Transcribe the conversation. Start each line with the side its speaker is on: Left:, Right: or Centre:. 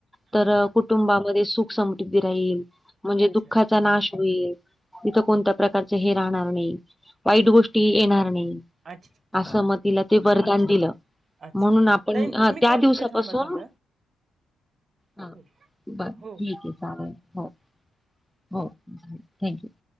Right: हां
Centre: तर
Right: हां
Centre: कुटुंबामध्ये सुख समट राहील? म्हणजे
Right: अच्छा
Centre: दुःख नाश होईल तथ कोणत्या प्रकारची हे राहणार नाही? वाईट गोष्टी येणार नाही.
Right: अच्छा
Centre: असं म तिला ते वरदान दिलं?
Right: अच्छा
Centre: म्हणून आपण
Right: ताई
Centre: अ
Right: मी
Centre: त्या
Right: कॉल
Centre: दिवसापासून,
Right: करते थांबा तुम्हाला
Centre: हा
Right: हो
Centre: बर ठीक
Right: हो
Centre: आहे चालेल हो <inaudible> हो थँक्यू <unintelligible>